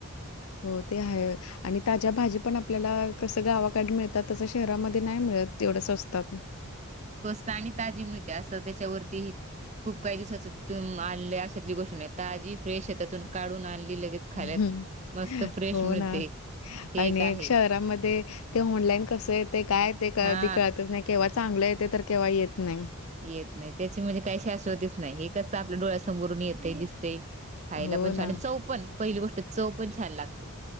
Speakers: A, on the left; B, on the right.
A: हो ते आहे. आणि ताज्या भाजी पण आपल्याला, कसं गावाकडे मिळतात तसं शहरामध्ये नाही, मिळत तेवढं स्वस्तात.
B: स्वस्त आणि ताजी मिळते, असं त्याच्यावरती खूप काही दिवसाच <unintelligible> आणल्याशली गोष्ट नाही, ताजी फ्रेश आहे शेतातून काढून आणली लगेच खाल्यात
A: हं.
B: मस्त फ्रेश
A: हो
B: मिळते.
A: ना.
B: हे
A: आणि
B: आहे
A: एक शहरामध्ये ते ऑनलाईन कस येत काय ते कधी
B: हा
A: कळातच नाही. केव्हा चांगलं येते तर केव्हा येत नाही.
B: येत नाही त्याची म्हणजे काही शाश्वतीच नाही हे कसं आपल्या डोळ्यासमोरून येते दिसतंय. खायला
A: हो
B: पण छान
A: ना.
B: आणि चव पण पहिली गोष्ट चव पण छान लागते.